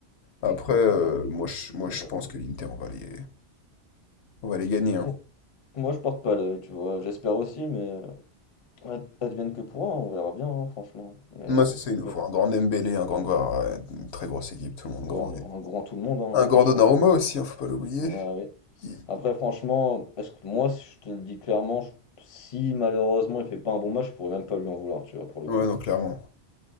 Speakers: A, on the left; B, on the left.
A: Après,
B: Donc
A: euh,
B: on verra.
A: moi, je, moi,
B: on
A: je
B: verra.
A: pense que l'Inter, on va les, on va les gagner, hein.
B: Bon, moi je porte pas l'œil, tu vois, j'espère aussi mais euh, ad- advienne que pourra, on verra bien hein, franchement. Mais,
A: Moi, c'est ça, il nous
B: mais
A: faut un grand Dembélé, un grand Guevara, une très grosse équipe, tout le monde
B: pour
A: grand.
B: une- un grand tout le monde hein,
A: Un grand
B: franchement.
A: Donnarumma aussi, hein, faut pas l'oublier.
B: Ah oui,
A: Il-
B: Après, franchement, est-ce que moi, si je te le dis clairement, je- si malheureusement il fait pas un bon match, je pourrais même pas lui en vouloir, tu vois, pour le coup.
A: Ouais, non, clairement.